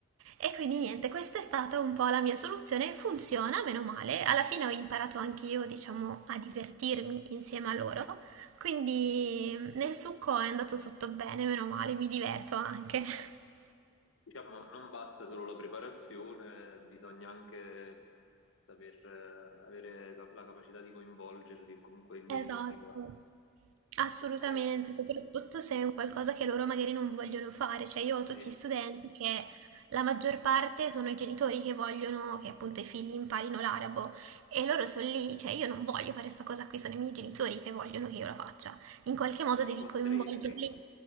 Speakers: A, on the right; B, on the left.
A: E quindi niente, questa è stata un po' la mia soluzione, funziona, meno male. Alla fine ho imparato anche io, diciamo, a divertirmi insieme a loro. Quindi nel succo è andato tutto bene, meno male, mi diverto anche. <laughs>
B: Diciamo, non basta solo la preparazione, bisogna anche saper eh, avere la, la capacità di coinvolgerli e comunque inventiva
A: Esatto. Assolutamente,
B: in quel senso.
A: soprattutto se è un qualcosa che loro magari non vogliono fare, cioè io ho tutti
B: Sì,
A: studenti che la maggior parte sono i genitori che vogliono che appunto i figli imparino l'arabo e loro sono lì, cioè io non voglio fare questa cosa qui, sono i miei genitori che vogliono che io la faccia, in qualche modo
B: siamo
A: devi
B: costretti
A: coinvolgerli,